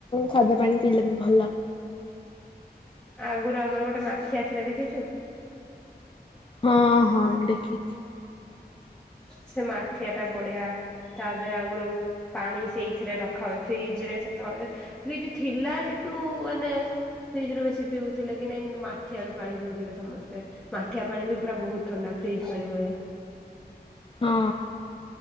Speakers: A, on the left (about 30°); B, in the centre.
A: ସାଧା ପାଣି ପିଇଲେ ବି ଭଲ।
B: ଆଗରୁ ଆମର ଗୋଟେ ମାଠିଆ ଥିଲା ଦେଖିଛୁ?
A: ହଁ ହଁ ଦେଖିଛି।
B: ସେ ମାଠିଆ ଟା ବଢିଆ ତା ଦେହରେ ଆଗରୁ ପାଣି ସେଇଥିରେ ରଖା ହୁଏ। ଫ୍ରିଜ ରେ ସେତେବେଳେ ଫ୍ରିଜ ଥିଲା କିନ୍ତୁ ମାନେ ଫ୍ରିଜ ରୁ ବେଶୀ ପିଉଥିଲେ କି ନାଇଁ କିନ୍ତୁ ମାଠିଆରୁ ପାଣି ପିଉଥିଲେ ସମସ୍ତେ। ମାଠିଆ ପାଣି ବି ପୁରା ବହୁତ ଥଣ୍ଡା ଫ୍ରିଜ୍ ପାଣି ଭଳିଆ।
A: ହଁ।